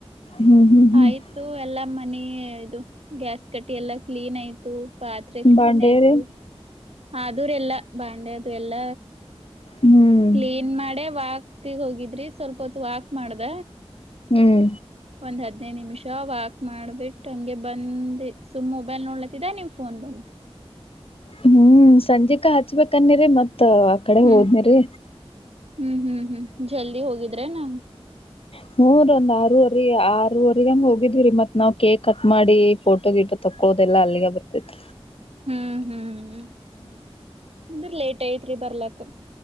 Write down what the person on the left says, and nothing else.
ಹ್ಮ್ ಹ್ಮ್ ಹ್ಮ್
ಬಾಂಡೇರಿ
ಹ್ಮ್
ಹ್ಮ್
ಹ್ಮ್ ಸಂಜಕ ಹಚ್ಬೇಕಂದೇರೆ ಮತ್ ಮತ್ತ ಆ ಕಡೆ
ಹೋದ್ನಿರೀ
ಹು ರಿ ಒಂದ ಆರೂವರೆ ಆರೂವರೆಗ ಹಂಗ ಹೋಗಿದ್ವಿ್ರೀ ಮತ್ ನಾವ್ ಕೇಕ್ ಕಟ್ ಮಾಡಿ ಫೋಟೋ ಗಿಟ ತಕೊದೆಲ್ಲ ಅಲ್ಲಿಗ ಬರ್ತೇತ್